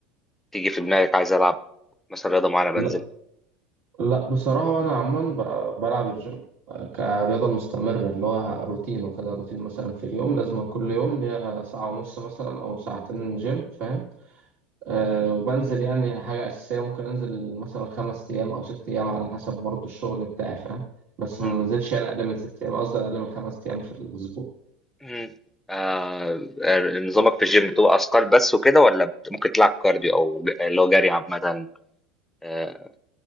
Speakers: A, in the centre; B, on the right.
A: تيجي في دماغك عايز العب مثلا رياضه معينه بنزل
B: لا لا بصراحة أنا عموما ب- بلعب الجيم كرياضة مستمرة اللي هو روتين واخدها روتين مثلا في اليوم لازم كل يوم ليا ساعة ونص مثلا أو ساعتين جيم فاهم أه وبنزل يعني حاجة أساسية ممكن أنزل مثلا خمس أيام أو ست أيام على حسب برضو الشغل بتاعي فاهم بس
A: مم.
B: ما بنزلش يعني أقل من ست أيام قصدي أقل من خمس أيام في الأسبوع
A: مم. آه نظامك في الجيم بتبقى اثقال بس وكده ولا بت- ممكن تلعب كارديو او ج- اللي هو جري عامه آه،